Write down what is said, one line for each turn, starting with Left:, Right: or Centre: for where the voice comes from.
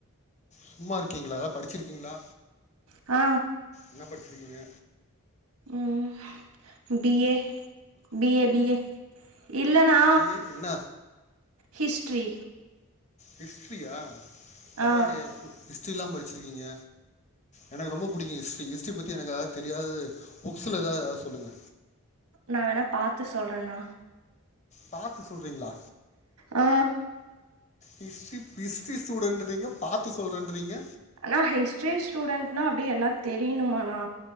Left: சும்மா இருக்கீங்களா எதா படிச்சிருக்கீங்களா
Right: ஆ
Left: என்ன படிச்சி இருக்கீங்க
Right: ம் B A B A B A இல்லன்னா
Left: பிஏ என்ன
Right: ஹிஸ்ட்ரி
Left: ஹிஸ்ட்ரியா பரவாயில்லையே
Right: ஆ
Left: ஹிஸ்ட்ரியிலாம் படிச்சிருக்கீங்க எனக்கு ரொம்ப புடிக்கும் ஹிஸ்ட்ரி ஹிஸ்ட்ரி பற்றி எனக்கு அதாவது தெரியாதது புக்ஸில் எதாவது சொல்லுங்க
Right: நான் வேணா பாத்து சொல்றேன்னா
Left: பார்த்து சொல்றீங்களா
Right: ஆ
Left: ஹிஸ்ட்ரி ஹிஸ்ட்ரி ஸ்டூடெண்டட் இன்றீங்க பாத்து சொல்றேன்றீங்க
Right: ஆண்ணா ஹிஸ்ட்ரி ஸ்டூடெண்டட்னா அப்டே எல்லாம் தெரியனுமாண்ணா